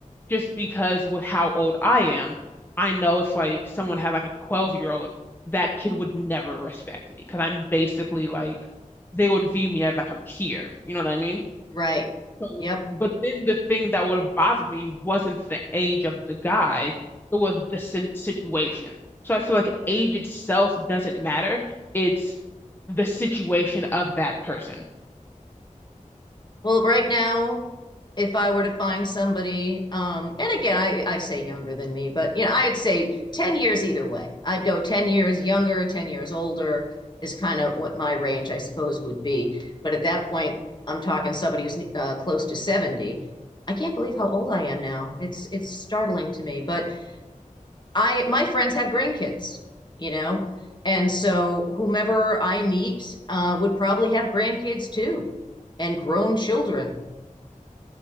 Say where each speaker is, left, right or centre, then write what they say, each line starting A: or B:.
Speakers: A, on the left (about 15°); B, on the left (about 35°).
A: just because with how old I am, I know if like someone had like a 12 year old, that kid would never respect me because I'm basically like they would view me as like a peer. You know what I mean?
B: right.
A: So,
B: Yep.
A: but then the thing that would have bothered me wasn't the age of the guy, it was the sin situation. So I feel like age itself doesn't matter. It's the situation of that person.
B: Well, right now, if I were to find somebody, um, and again, I, I say younger than me, but you know, I'd say 10 years either way. I'd go 10 years younger, 10 years older is kind of what my range, I suppose, would be. But at that point, I'm talking somebody who's uh, close to 70. I can't believe how old I am now. It's it's startling to me, but I my friends have grandkids, you know, and so whomever I meet uh, would probably have grandkids too and grown children